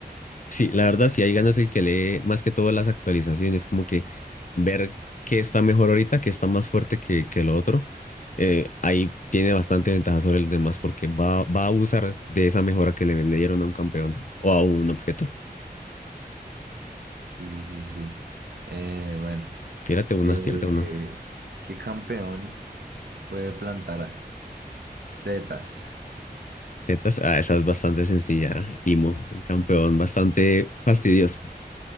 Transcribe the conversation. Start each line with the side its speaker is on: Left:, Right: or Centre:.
Left: sí, la verdad, sí hay ganas el que lee más que todo las actualizaciones, como que ver qué está mejor ahorita, qué está más fuerte que, que lo otro. Eh, ahí tiene bastante ventaja sobre los demás porque va, va a usar de esa mejora que le, le dieron a un campeón o a un objeto.
Right: Sí, sí, sí. Eh, bueno,
Left: Tírate una,
Right: eh,
Left: tírate una.
Right: ¿qué campeón puede plantar setas?
Left: Zetas, ah, esa es bastante sencilla, Timo, un campeón, bastante fastidioso.